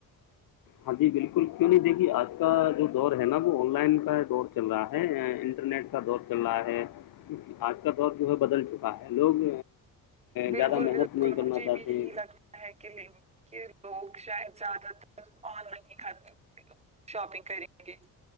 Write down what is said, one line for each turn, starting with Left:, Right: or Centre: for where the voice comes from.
Left: ہاں جی بالکل کیوں نہیں دیکھیے آج کا جو دور ہے نا وہ آن لائن کا دور چل رہا ہے انٹرنیٹ کا دور چل رہا ہے آج کا دور جو ہے بدل چکا ہے لوگ
Right: بالکل
Left: زیادہ محنت
Right: بالکل
Left: نہیں کرنا
Right: مجھے
Left: چاہتے
Right: بھی یہی لگتا ہے کے لیے کہ لوگ شاید زیادہ تر آن لائن ہی خم شاپنگ کریں گے